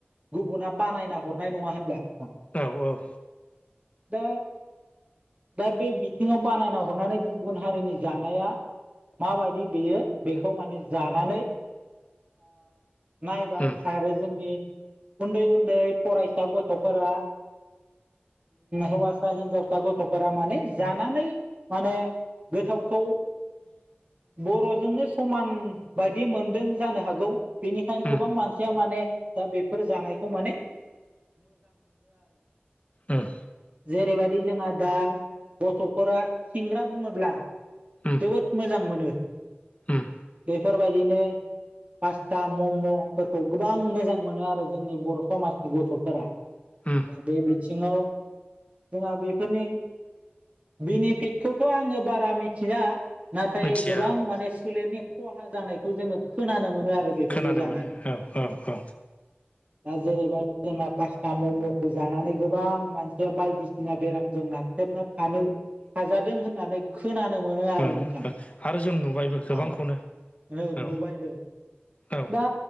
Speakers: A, on the right; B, on the left.
A: गुबुना बानायना हरनाय नङा होनग
B: औ औ
A: दा दा बे बिनियाव बानायना हरनानै गुबुन हारिनि जानाया माबायदि बेयो बेखौ माने जानानै नायबाय
B: उम
A: आरो जोंनि उन्दै उन्दै फरायसा गथ'फोरा हौसा हिनजावसा गथ'फोरा माने जानानै माने गोथावखौ
B: <inaudible>
A: बर'जोंनो समान बायदि मोनदों जानो हागौ बेनिखायनो
B: उम
A: गोबां मानसिया माने दा बेफोर जानायखौ माने
B: उम
A: जेरैबायदि जोंहा दा गथ'फोरा सिंग्रा बुङोब्ला
B: उम
A: जोबोद मोजां मोनो
B: उम
A: बेफोरबायदिनो <inaudible> पास्ता मम'फोरखौ गोबां मोजां मोनो आरो जोंनि बर' समाजनि गथ'फोरा <inaudible>
B: उम
A: दा बे बिथिङाव जोंहा बेफोरनि <inaudible> बेनिफिटखौथ' आङो बारा मिथिया दा नाथाय
B: मिथिया
A: गोबां
B: औ
A: माने सोलेरनि खहा जानायखौ जोङो खोनानो मोनो आरो। आरो बेफोरखौ
B: खोनानो
A: दा
B: मोनो औ औ औ
A: जेरैबाया जोंहा पास्टा मम'खौ जानानै गोबां मानसिया बायदिसिना बेराम जोंना <inaudible> थेबना थानो नाजादों होननानै खोना नो मोनो आरो
B: ओ
A: नोंथां
B: ओ आरो जों नुबायबो गोबांखौनो
A: औ ङो
B: औ
A: नुबायबो
B: औ उम
A: दा